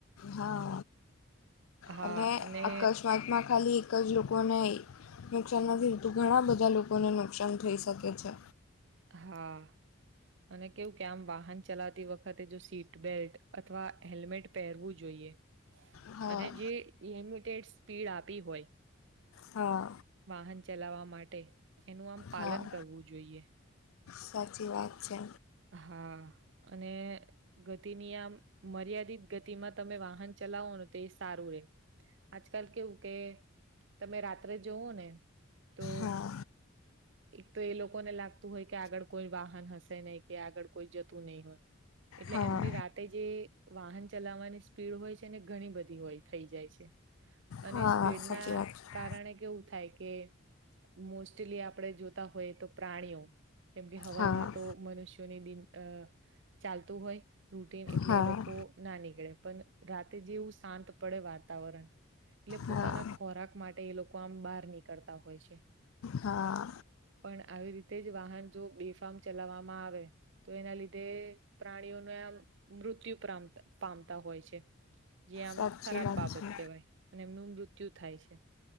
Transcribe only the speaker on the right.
હા.
અને
હા. અને કેવું કે આમ વાહન ચલાવતી વખતે જો સીટ બેલ્ટ અથવા હેલ્મેટ પહેરવું જોઈએ.
અને જે લિમિટેડ સ્પીડ આપી હોય.
વાહન ચલાવવા માટે એનું આમ પાલન
કરવું જોઈએ.
હા અને ગતિની આમ મર્યાદિત ગતિમાં તમે વાહન ચલાવો ને તો એ સારું. <unintelligible> આજકાલ કેવું કે તમે રાત્રે જવો ને તો
એક તો એ લોકોને લાગતું હોય કે આગળ કોઈ વાહન હશે નહી કે આગળ કોઈ જતું નહી હોય. એટલે
એમની રાતે જે વાહન ચલાવવાની સ્પીડ હોય છે ને ઘણી બધી હોય થઈ જાય છે. અને
સ્પીડ
ના
કારણે કેવું થાય કે મોસ્ટલી આપણે જોતા હોય તો પ્રાણીઓ કેમ કે હવારમાં
તો મનુષ્યોને દિન અ ચાલતું હોય. રૂટીન એટલે
એ લોકો ના નીકળે પણ રાતે જેવું શાંત પડે વાતાવરણ એટલે પોતાના
ખોરાક માટે એ લોકો આમ બહાર નીકળતા હોય છે.
પણ આવી રીતે જ વાહન જો બેફામ ચલાવવામાં આવે તો એના લીધે પ્રાણીઓને આમ મૃત્યુ મૃત્યુ પામતા હોય છે. જે્યા આમ
ખરાબ
બાબત
કહેવાય અને એમનું મૃત્યુ થાય છે.